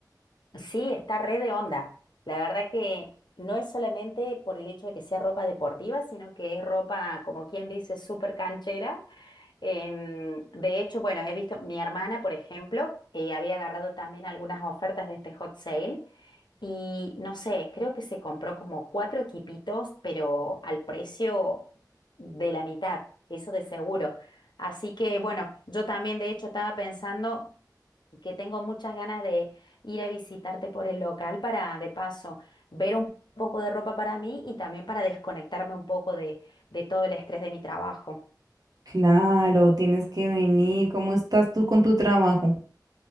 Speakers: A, on the left; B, on the right.
A: Sí, está re de onda. La verdad que no es solamente por el hecho de que sea ropa deportiva, sino que es ropa, como quien dice, súper canchera Em, de hecho, bueno, he visto mi hermana, por ejemplo, eh, había agarrado también algunas ofertas de este hot sale y no sé, creo que se compró como cuatro equipitos, pero al precio de la mitad, eso de seguro. Así que bueno, yo también de hecho estaba pensando que tengo muchas ganas de ir a visitarte por el local para de paso ver un poco de ropa para mí y también para desconectarme un poco de, de todo el estrés de mi trabajo.
B: Claro, tienes que venir. ¿Cómo estás tú con tu trabajo?